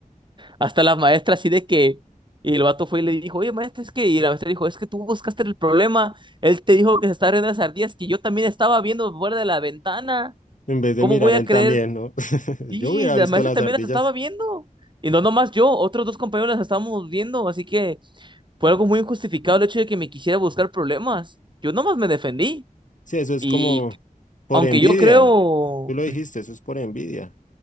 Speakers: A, on the right; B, on the left.
A: hasta la maestra así de que, y el vato fue y le dijo, oye maestra, es que, y la maestra dijo, es que tú buscaste el problema, él te dijo que se estaba riendo de las ardillas, que yo también estaba viendo fuera de la ventana,
B: En vez de
A: ¿cómo
B: mirar
A: voy a
B: él
A: creer
B: también, ¿no? <laughs>
A: Y
B: Yo hubiera
A: la
B: visto
A: maestra
B: las
A: también
B: ardillas.
A: las estaba viendo. Y no nomás yo, otros dos compañeros las estábamos viendo. Así que fue algo muy injustificado el hecho de que me quisiera buscar problemas. Yo nomás me defendí.
B: Sí, eso es
A: Y
B: como por
A: aunque
B: envidia.
A: yo creo,
B: Tú lo dijiste, eso es por envidia.